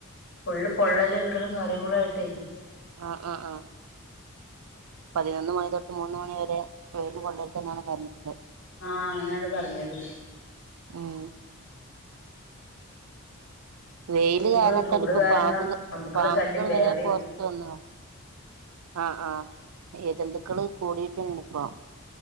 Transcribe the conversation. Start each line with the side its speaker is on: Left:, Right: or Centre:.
Left: പള്ള് പൊള്ളലേൽക്കലും കാര്യങ്ങളും ആയിട്ടേ
Right: ആഹ് ആ ആ പതിനൊന്ന് മണി തൊട്ട് മൂന്ന് മണി വരെ വെയിൽ കൊള്ളരുത് എന്നാണ് പറഞ്ഞത്
Left: ആഹ അങ്ങനെയാണ് പറഞ്ഞത്
Right: മം വെയില്
Left: ചൂട്
Right: കാലത്താണ്
Left: ചൂട്
Right: ഇപ്പൊ
Left: കാരണം
Right: പാമ്പു
Left: പാമ്പുക്കളെ
Right: പാമ്പുകൾ
Left: ശല്യം വേറെയും
Right: വരെ പുറത്ത വന്നതാ ആ ആ എഴജെന്തുക്കള് കൂടിട്ട് ഇപ്പൊ